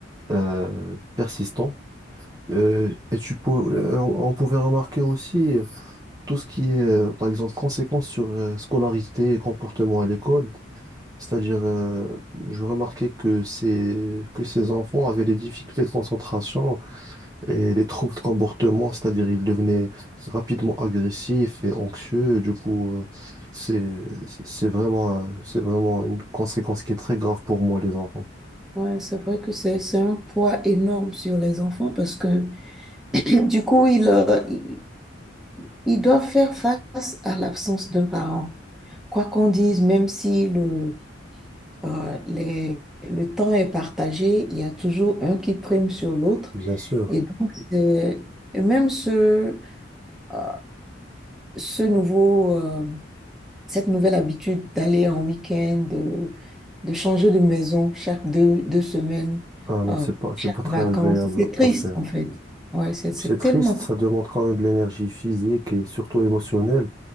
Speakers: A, on the right; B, in the centre.
A: euh, persistant. Euh, et tu pou- euh, on on pouvait remarquer aussi euh, tout ce qui est, euh, par exemple, conséquences sur euh, scolarité et comportement à l'école. C'est-à-dire, euh, je remarquais que ces, que ces enfants avaient des difficultés de concentration, et les troubles de comportement, c'est-à-dire il devenait rapidement agressif et anxieux. Du coup, euh, c'est, c'est vraiment, un- c'est vraiment une conséquence qui est très grave pour moi, les enfants.
B: Ouais, c'est vrai que c'est, c'est un poids énorme sur les enfants parce que <clears throat> du coup, ils, euh, ils ils doivent faire face à l'absence d'un parent. Quoi qu'on dise, même si le, euh, les- le temps est partagé, il y a toujours un qui prime sur l'autre.
A: Bien sûr.
B: Et donc, c'est- et même ce, euh, ce nouveau euh, cette nouvelle habitude d'aller en week-end, de, de changer de maison chaque deux, deux semaines,
A: Ah non,
B: euh,
A: c'est pas,
B: chaque
A: c'est pas très
B: vacances.
A: agréable
B: C'est triste,
A: à faire.
B: en fait. Ouais, c'est c'est
A: C'est triste,
B: tellement triste.
A: ça demande quand même de l'énergie physique et surtout émotionnelle